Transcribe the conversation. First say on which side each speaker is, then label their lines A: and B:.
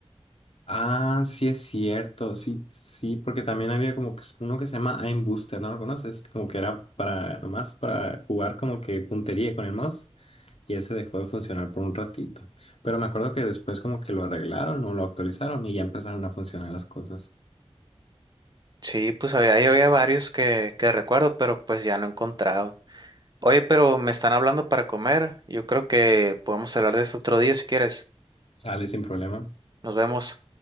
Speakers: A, on the left (about 65°); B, on the right (about 40°).
A: Ah, sí es cierto, sí, sí, porque también había como que s- uno que se llama Aim Booster, ¿no lo conoces? Como que era para, nomás para jugar como que puntería con el mouse y ese dejó de funcionar por un ratito. Pero me acuerdo que después como que lo arreglaron o lo actualizaron y ya empezaron a funcionar las cosas.
B: Sí, pues había, ahí había varios que, que recuerdo, pero pues ya no he encontrado. Oye, pero me están hablando para comer. Yo creo que podemos hablar de esto otro día si quieres.
A: Sale sin problema.
B: Nos vemos.